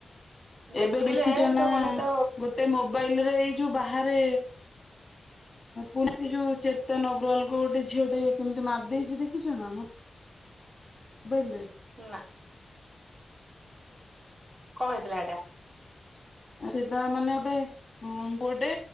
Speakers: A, on the left; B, on the right.
A: ଏବେ
B: ଦେଖିଲେ
A: ଦେଖିଛ ନା
B: ତ ମାନେ ତ
A: ଗୋଟେ ମୋବାଇଲରେ ଏଇ ଯୋଉ ବାହାରେ। ପୁଣି ଏ ଯୋଉ ଚେତନ ଅଗ୍ରୱାଲ କୁ ଗୋଟେ ଝିଅ ଟେ କେମିତି ମାରି ଦେଇେଛି ଦେଖିଛ ନା ମ। ମୋବାଇଲ୍ ରେ।
B: ନା। କଣ ହେଇଥିଲା ହେଟା?
A: ସେଇଟା ମାନେ ଗୋଟେ ଗୋଟେ